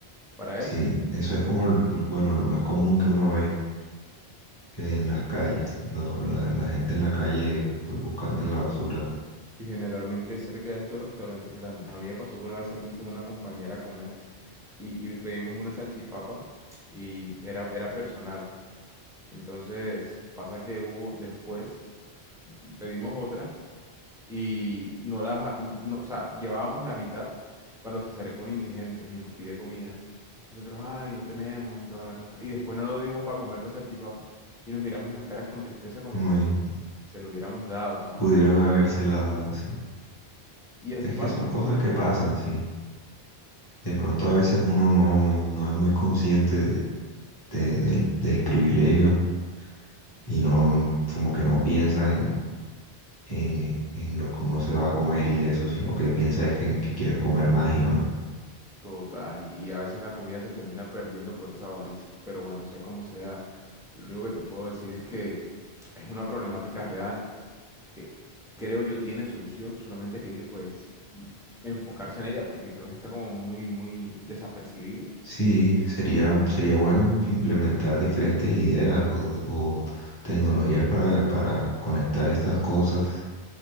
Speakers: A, in the centre; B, on the left (about 20°).
A: para
B: Sí,
A: eso.
B: eso es como, el- bueno, lo más común que uno ve eh, en las calles, lo- la, la gente en la calle pues buscando en la basura.
A: Y generalmente cerca de estos restaurantes grandes. A mí me pasó que una vez salí con una compañera a comer y, y pedimos una salchipapa y era, era personal. Entonces pasa que hubo después, pedimos otra y no la, ja- no, no- o sea, llevábamos la mitad cuando se acerca un indigente y nos pide comida. Nosotros, ay, no tenemos y toda la cosa. Y después no nos dimos para comer la salchipapa y nos miramos las caras con tristeza como
B: No,
A: que,
B: y
A: se lo hubiéramos dado, ¿sabes?
B: pudieron habérsela dado, sí.
A: Y así
B: Es
A: pasa
B: que son
A: muchas
B: cosas
A: veces.
B: que pasan, sí. De pronto a veces uno no, no es muy consciente de- de- del, del privilegio y no, como que no piensa en, en, en lo que uno se va a comer y eso, sino que piensa es que, en que quieres comer más y más.
A: Total, y a veces la comida se termina perdiendo por esa avaricia. Pero bueno, sea como sea, lo único que te puedo decir es que es una problemática real que creo yo tiene solución, solamente que hay que pues m- enfocarse en ella porque creo que está como muy, muy desapercibida.
B: Sí,
A: Y
B: sería, un- sería bueno im- implementar diferentes ideas o, o tecnologías para, para conectar estas cosas,